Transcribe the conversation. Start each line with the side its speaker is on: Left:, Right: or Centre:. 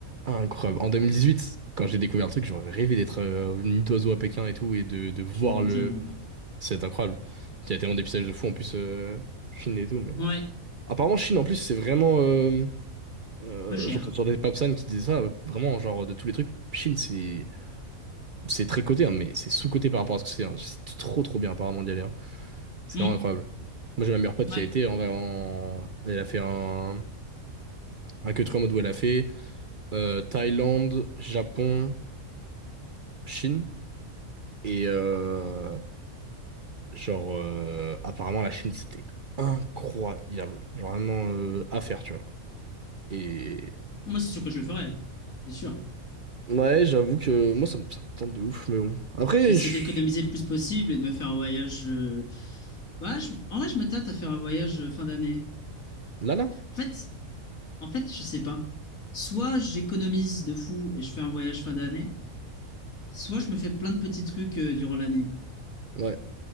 Right: incroyable. En 2018, quand j'ai découvert le truc, j'aurais rêvé d'être euh, au nid d'oiseau à Pékin et tout et de, de voir
Left: tu m'étonnes.
Right: le. C'est incroyable. Il y a tellement d'épisodes de fou en plus euh, Chine et tout, mais
Left: Ouais,
Right: apparemment Chine en plus c'est vraiment. Euh... Euh,
Left: peu cher.
Right: j'entends j'entendais Papsan qui disait ça, euh, vraiment, genre de tous les trucs, Chine c'est c'est très coté, hein, mais c'est sous-coté par rapport à ce que c'est. hein. C'est trop trop bien apparemment d'y aller. hein. C'est
Left: Hmm,
Right: vraiment incroyable. Moi, j'ai ma meilleure pote
Left: Ouais,
Right: qui a été en, en- Elle a fait un... un que trois modes où elle a fait euh, Thaïlande, Japon, Chine. Et euh, genre, euh, apparemment, la Chine, c'était incroyable. Genre, vraiment euh, à faire, tu vois. Et
Left: moi, c'est sûr que je le ferai. C'est sûr.
Right: ouais, j'avoue que moi, ça me, ça me tente de ouf, mais bon. Après,
Left: Je vais essayer
Right: je-
Left: d'économiser le plus possible et de me faire un voyage. euh, Bah, je- en vrai, je me tâte à faire un voyage euh, fin d'année.
Right: là, là.
Left: En fait, en fait, je sais pas. Soit j'économise de fou et je fais un voyage fin d'année, soit je me fais plein de petits trucs euh, durant l'année.
Right: Ouais,